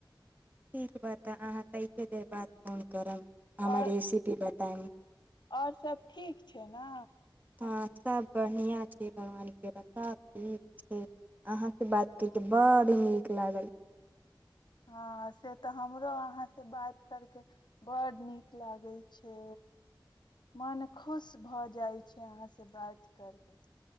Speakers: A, on the right; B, on the left.
A: ठीक बात ह त से बात फोन करब हमर
B: आओर
A: रेसिपी बताइम
B: आऔर सब ठीक छै ना
A: हँ सभ बढ़िआँ छै भगवान कृपा सभ ठीक छै अहाँसँ बात करि कऽ बड़ नीक लागल
B: हँ से तऽ हमरो अहाँसँ बात करकेऽ ब्ड नीक लागै छै मन खुश भऽ जाइत छै अहाँसँ बात करके